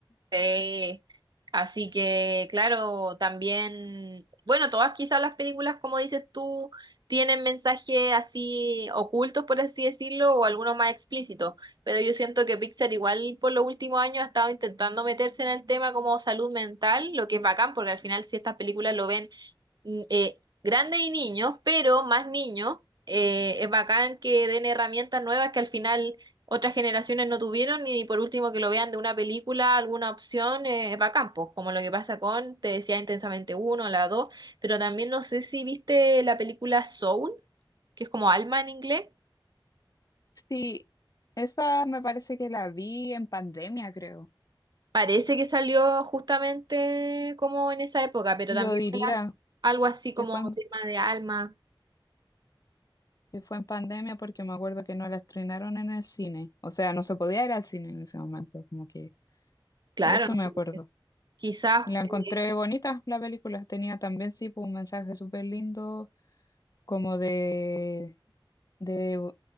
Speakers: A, on the right (about 55°); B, on the left (about 45°).
A: Sí. Así que, claro, también, bueno, todas quizás las películas, como dices tú, tienen mensajes así ocultos, por así decirlo, o algunos más explícitos, pero yo siento que Pixar igual por los últimos años ha estado intentando meterse en el tema como salud mental, lo que es bacán, porque al final si estas películas lo ven n- eh, grandes y niños, pero más niños, eh, es bacán que den herramientas nuevas que al final otras generaciones no tuvieron y por último que lo vean de una película, alguna opción, eh, es bacán, pues, como lo que pasa con, te decía intensamente uno, la dos, pero también no sé si viste la película Soul, que es como alma en inglés.
B: Sí, esa me parece que la vi en pandemia, creo.
A: Parece que salió justamente como en esa época, pero
B: Yo
A: también
B: diría
A: era algo así como
B: que fue en,
A: tema de alma.
B: que fue en pandemia porque me acuerdo que no la estrenaron en el cine. O sea, no se podía ir al cine en ese momento, como que
A: Claro,
B: de eso me acuerdo.
A: quizás
B: Y La encontré
A: eh,
B: bonita la película, tenía también sí pues, un mensaje súper lindo, como de, de